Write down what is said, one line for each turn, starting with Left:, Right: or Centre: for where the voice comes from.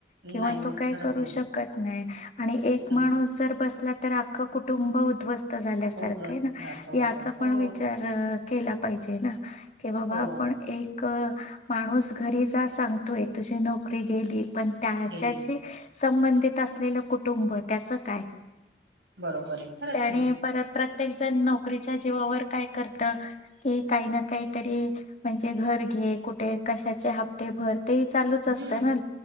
Left: किंवा
Right: नाही होत
Left: तो काय
Right: खरंच
Left: करू
Right: नाही.
Left: शकत नाही आणि एक
Right: हम्म
Left: माणूस जर बसला त तर अख्खं कुटुंब उधवस्त झाल्यासारखं
Right: उध्वस्त
Left: है ना
Right: सारखं होत.
Left: याचा
Right: हो
Left: पण विचार केला पाहिजे ना की बाबा
Right: हो
Left: आपण एक क माणूस घरी जा सांगतोय तुझी नोकरी गेली पण त्याच्याशी
Right: गेली.
Left: संबंधित असलेलं कुटुंब त्याच काय?
Right: बरोबर आहे खरंच
Left: त्याने
Right: आहे ना.
Left: परत प्रत्येक जण नोकरीचा जिवावर काय करत की काहींना काहीतरी म्हणजे घर घे कुठे कशाची हप्ते भर ते चालूच
Right: हम्म
Left: असत ना